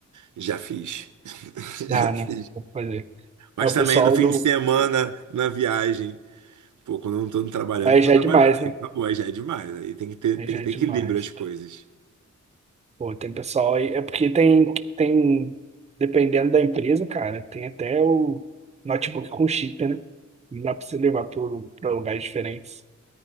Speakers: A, on the right; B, on the right.
A: já fiz. <laughs>
B: Dá,
A: Já
B: né?
A: fiz.
B: Vou fazer.
A: Mas
B: É o
A: também
B: pessoal
A: no fim
B: do.
A: de semana, na viagem. Pô, quando eu não tô trabalhando,
B: Aí
A: não
B: já
A: tô trabalhando.
B: é demais, né?
A: Aí acabou, aí já é demais. Aí tem que ter,
B: Aí
A: tem
B: já
A: que
B: é
A: ter
B: demais.
A: equilíbrio as coisas.
B: Pô, tem pessoal aí. É porque tem, tem, dependendo da empresa, cara, tem até o notebook com chip, né? Não dá pra você levar para lugares diferentes.